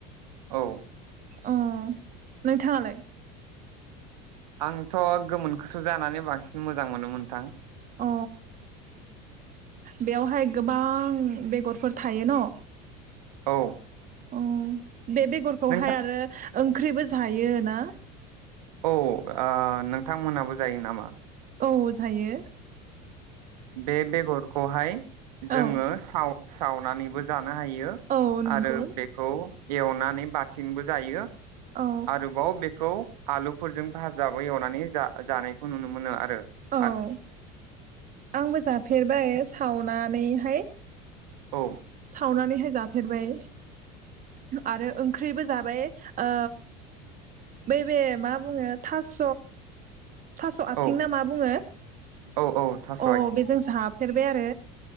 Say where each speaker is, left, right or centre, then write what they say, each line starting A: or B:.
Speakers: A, on the right (about 80°); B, on the right (about 40°).
A: औ
B: अ नोंथाङालाय
A: आंथ' गोमोनखौसो जानानै बांसिन मोजां मोनो मोनथां
B: अ बेवहाय गोबां बेगरफोर थायो न'
A: औ
B: अ बे बेगरखौहाय
A: नोंथां
B: आरो ओंख्रिबो जायो ना
A: औ आ नोंथांमोनाबो जायो नामा
B: औ जायो
A: बे बेगरखौहाय
B: औ
A: जोङो साव सावनानैबो जानो हायो
B: औ नंगौ
A: आरो बेखौ एवनानै बाथिंबो जायो
B: औ
A: आरोबाव बेख खौ आलुफोरजों भाजाबो एवनानै जा-जानायखौ नुनो मोनो आ रो
B: औ
A: आ
B: आंबो जाफेरबाय सावना नैहाय
A: औ
B: सावनानैहाय जाफेरबाय आरो ओंख्रिबो जाबाय ओ बैबे मा बुङो थास' थास' आथिं
A: औ
B: ना मा बुङो
A: औ औ थास'
B: अ
A: आथिं
B: बेजों जाफ फेरबाय आरो